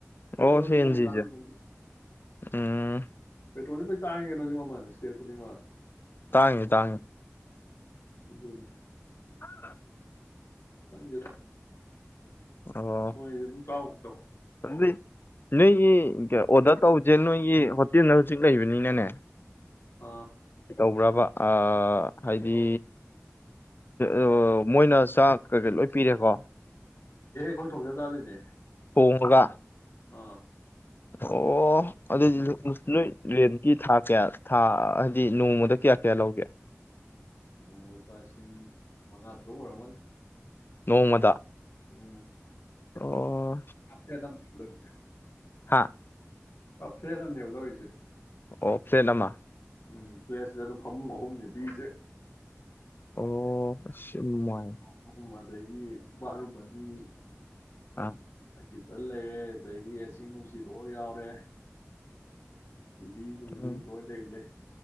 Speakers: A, on the left; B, on the left.
A: ꯄꯦꯇ꯭ꯔꯣꯜꯁꯤ
B: ꯑꯣ ꯁꯤꯑꯦꯟꯖꯤꯁ‌ꯦ
A: ꯃꯣꯏꯁꯨ ꯇꯥꯡꯉꯝꯒꯅꯤ
B: ꯎꯝ꯫
A: ꯄꯦꯇ꯭ꯔꯣꯜꯗꯤ ꯂꫭꯏ ꯇꯥꯡꯉꯤ ꯀꯩꯅꯣ ꯃꯃꯜ ꯏꯁꯇꯦꯠ ꯈꯨꯗꯤꯡꯃꯛ꯫
B: ꯇꯥꯡꯉꯤ ꯇꯥꯡꯉꯤ꯫
A: ꯑꯗꯨꯅꯤ꯫
B: ꯑ꯫
A: ꯪꯈꯪꯗ‌ꯦꯗ
B: ꯑꯣ
A: ꯃꯣꯏꯗꯤ ꯑꯗꯨꯝ ꯆꯥꯎꯕꯅꯤ꯫
B: ꯑꯗꯨꯗꯤ ꯅꯣꯏꯒꯤ ꯑꯣꯗꯔ ꯇꯧꯁꯦ ꯅꯣꯏꯒꯤ ꯍꯣꯇꯦꯜꯅ ꯍꯧꯖꯤꯛ ꯂꯩꯕꯅꯤꯅ꯫ ꯅꯦ꯫
A: ꯑꯥ
B: ꯇꯧꯕ꯭ꯔꯥꯕ꯫ ꯑꯥ ꯍꯥꯏꯗꯤ ꯑꯣ꯫ ꯃꯣꯏꯅ ꯆꯥꯛ ꯀꯩꯀꯩ ꯂꯣꯏ ꯄꯤꯔꯦꯀꯣ꯫
A: ꯑꯈꯣꯏ ꯊꯣꯡꯖ ꯆꯥꯗꯣꯏꯅꯦ꯫
B: ꯊꫭꯡꯉꯒ꯫
A: ꯑꯥ꯫
B: ꯑꯣ꯫ ꯑꯗꯨꯗꯤ ꯅꯣꯏ
A: ꯑꯁ
B: ꯔꯦꯟꯀꯤ ꯊꯥ ꯀꯌꯥ꯫ ꯊꯥ ꯍꯥꯏꯗꯤ ꯅꯣꯡꯃꯗ ꯀꯌꯥ ꯀꯌꯥ ꯂꯧꯒꯦ꯫
A: ꯅꯣꯡꯃ ꯂꯨꯄꯥ ꯂꯤꯁꯤꯡ ꯃꯉꯥꯇꯔꯨꯛ ꯑꯣꯏꯔꯝꯒꯅꯤ꯫
B: ꯅꯣꯡꯃꯗ꯫
A: ꯎꯝ
B: ꯑꯣ꯫
A: <unintelligible>
B: ꯍꯥꯥ꯫
A: ꯄ ꯐ‌ꯦꯠ ꯑꯝꯅ‌ꯦꯕ ꯂꯧꯔꯤꯁ‌ꯦ꯫
B: ꯑꯣ ꯐꯦꯠ ꯑꯃ꯫
A: ꯎꯝ ꯄ‌ꯦꯁꯗ ꯑꯗꯨꯝ ꯐꯃꯨꯡ ꯑꯍꯨꯝꯅꯤ ꯄꯤꯔꯤꯁꯦ꯫
B: ꯑꯣ ꯑꯁ ꯌꯥꯝ ꯅꯨꯡꯉꯥꯏ
A: <unintelligible> ꯑꯗꯒꯤ ꯕꯥꯠꯔꯨꯝ ꯑꯅꯤ꯫
B: ꯑꯥ꯫
A: ꯀꯤꯆꯟ ꯂꯩꯔꯦ ꯑꯗꯨꯗꯒꯤ ꯑꯦꯁꯤ ꯅꯨꯡꯁꯤ ꯂꯣꯏ ꯌꯥꯎꯔꯦ꯫ ꯇꯤꯕꯤ ꯅꯨꯡꯕꯤ
B: ꯎꯝ
A: ꯂꫭꯏ ꯂꯩꯔ‌ꯦ꯫